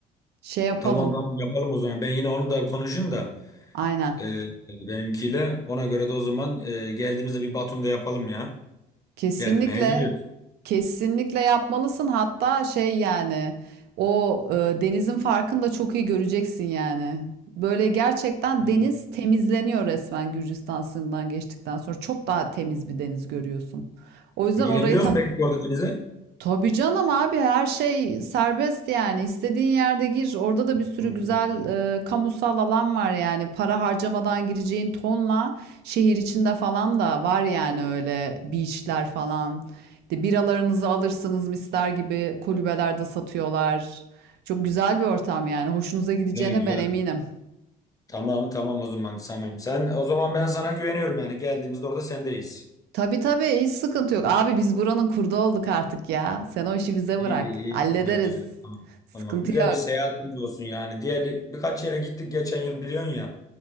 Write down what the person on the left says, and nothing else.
Tamam tamam yapalım o zaman. Ben yine onu da konuşayım da
e, e, benimkiyle. Ona göre de o zaman e, geldiğimizde bir Batum'da yapalım ya.
Gelmeye geliyoruz.
Hı hı.
Girebiliyoruz
mu peki orada denize?
<laughs>
Hı hı.
Güzel güzel.
Tamam tamam o zaman Samim. Sen o zaman ben sana güveniyorum yani geldiğimizde orada sendeyiz.
İyi,
iyi,
güzel, güzel. Tamam,
tamam. Güzel
bir seyahatimiz olsun yani. Diğer birkaç yere gittik geçen yıl biliyorsun ya.